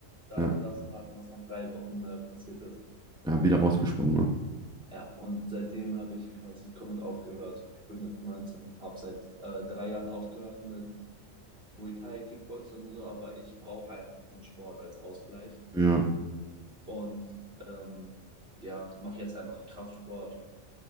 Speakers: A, on the right; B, in the centre.
A: dreimal
B: Ja,
A: darfst du raten, was nach drei Wochen äh, passiert ist.
B: ja wieder rausgesprungen, ne?
A: Ja, und seitdem habe ich quasi komplett aufgehört. Ich bin jetzt 19, habe seit äh, drei Jahren aufgehört mit Muay Thai, Kickboxen und so, aber ich brauche einfach diesen Sport als Ausgleich
B: Ja.
A: und ähm, ja, mache jetzt einfach Kraftsport,